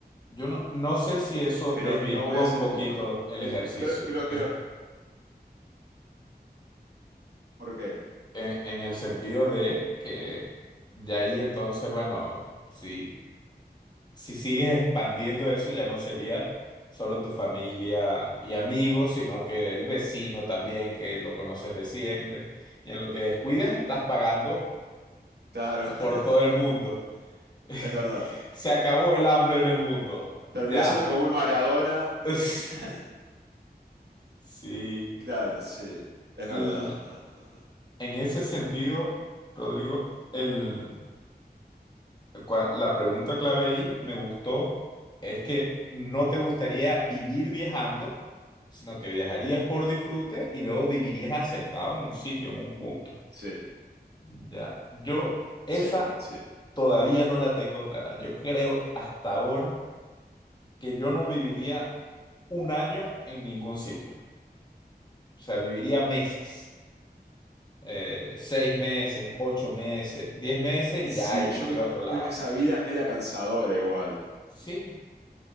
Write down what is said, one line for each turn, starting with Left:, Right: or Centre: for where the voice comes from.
Left: Yo no, no sé si eso
Right: Pero
Left: desvirtúa
Right: no voy a hacer
Left: un poquito
Right: un banco.
Left: el
Right: Es-
Left: ejercicio,
Right: eso creo, creo, creo. ¿Por qué?
Left: en en el sentido de que de ahí entonces, bueno, si si sigues expandiendo eso, ya no sería solo tu familia y amigos, sino que el vecino también, que lo conoces de siempre. Y en lo que descuidas, estás pagando
Right: Claro, <laughs>
Left: por todo el mundo. <laughs>
Right: es verdad.
Left: Se acabó el hambre en el mundo.
Right: Terminá
Left: Ya.
Right: siendo como un Maradona.
Left: <laughs>
Right: <laughs>
Left: Sí.
Right: Claro,
Left: Eh,
Right: sí,
Left: eh,
Right: es
Left: El-
Right: verdad.
Left: en ese sentido, Rodrigo, el... cua- La pregunta clave ahí me gustó es que no te gustaría vivir viajando, sino que viajarías por disfrute y luego vivirías asentado en un sitio, en un punto.
Right: Sí,
Left: Ya, yo esa
Right: sí, sí.
Left: todavía no la tengo clara. Yo creo hasta ahora que yo no viviría un año en ningún sitio. O sea, viviría meses. Eh, seis meses, ocho meses, diez meses y
Right: Sí,
Left: ya, y me
Right: yo
Left: fui
Right: creo
Left: a otro lado.
Right: que esa vida es media cansadora igual.
Left: Sí,